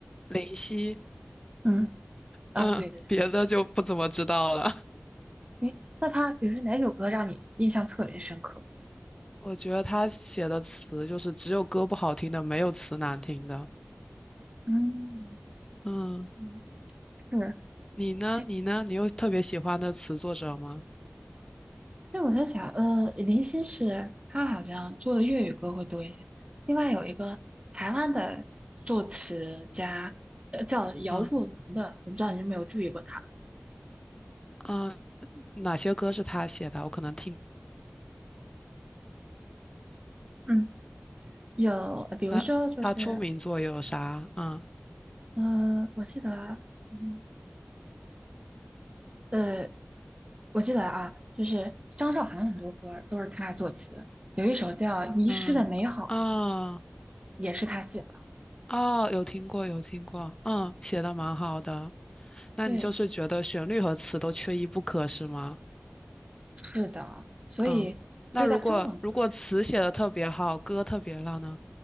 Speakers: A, on the left; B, on the right.
A: 林夕，
B: 嗯，啊，
A: 嗯，
B: 对对
A: 别的就不怎么知道了。<laughs>
B: 对，诶，那他比如说哪首歌让你印象特别深刻？
A: 我觉得他写的词就是只有歌不好听的，没有词难听的。
B: 嗯
A: 嗯，
B: 嗯，是，
A: 你呢？
B: 诶，
A: 你呢？你有特别喜欢的词作者吗？
B: 那我在想，呃，林夕是他好像做的粤语歌会多一些，另外有一个台湾的作词家，呃，叫姚若龙的，
A: 嗯
B: 我不知道你有没有注意过他。
A: 嗯，哪些歌是他写的？我可能听
B: 嗯。有，比如说就是
A: 他他出名作有啥？嗯
B: 嗯，我记得，嗯呃，我记得啊，就是张韶涵很多歌都是她作词，有一首叫《遗失的美好》，
A: 嗯啊。哦
B: 也是她写的。
A: 哦，有听过，有听过，嗯，写的蛮好的。那你就是觉得旋律和词都缺一不可，
B: 对，
A: 是吗？
B: 是的，所以对待中文歌是，
A: 嗯，那如果如果词写的特别好，歌特别烂呢？